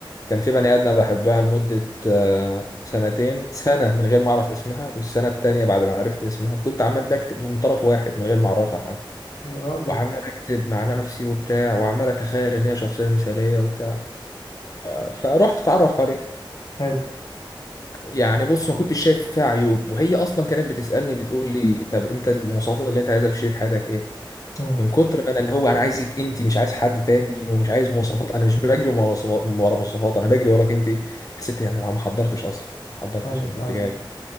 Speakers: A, on the left (about 40°); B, on the left (about 75°).
A: كان في بني ادمة بحبها لمدة آه، سنتين سنة من غير ما اعرف اسمها والسنة التانية بعد ما عرفت اسمها كنت عمال بكتب من طرف واحد من غير ما اعرفها حتى
B: يا راجل
A: وعمال اكتب مع نفسي وبتاع وعمال اتخيل ان هي شخصية مثالية وبتاع آه، فروحت اتعرف عليها
B: حلو
A: يعني بص ما كنتش شايف فيها عيوب وهي اصلا كانت بتسالني بتقول لي طب انت المواصفات اللي انت عايزها في شريك حياتك ايه
B: امم
A: من كتر ما انا اللي هو انا عايزك انت مش عايز حد تاني ومش عايز مواصفات انا مش بجري ورا مواصفات ورا مواصفات انا بجري وراك انت حسيت إيه؟ انا ما ما حضرتش اصلا ما حضرتش
B: ايوه
A: انا كنت
B: ايوه
A: جاي